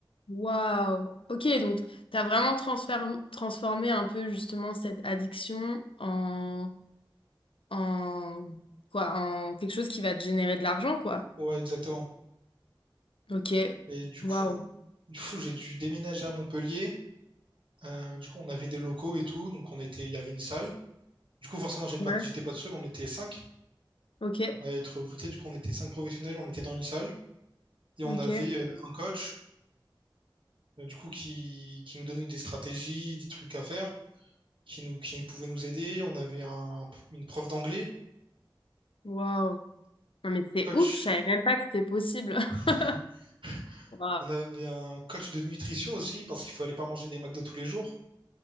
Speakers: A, on the left (about 80°); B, on the right (about 70°).
A: Waouh. Ok, donc t'as vraiment transfer- transformé un peu justement cette addiction en, en quoi, en quelque chose qui va te générer de l'argent, quoi.
B: Ouais, exactement.
A: Ok.
B: Et du
A: Waouh.
B: coup, du coup, j'ai dû déménager à Montpellier. Euh, du coup, on avait des locaux et tout. Donc, on était, il y avait une salle. Du coup, forcément, j'ai pas,
A: Ouais.
B: j'étais pas tout seul. On était cinq.
A: Ok.
B: à être recrutés. Du coup, on était cinq professionnels, on était dans une salle et
A: Ok.
B: on avait euh, un coach, euh, du coup, qui, qui nous donnait des stratégies, des trucs à faire, qui nous, qui pouvait nous aider. On avait un, une prof d'anglais,
A: Waouh. Non mais
B: un
A: c'est
B: coach.
A: ouf, je savais même pas que c'était possible.
B: <laughs>
A: <laughs> Waouh.
B: On avait un coach de nutrition aussi, parce qu'il fallait pas manger des McDo tous les jours.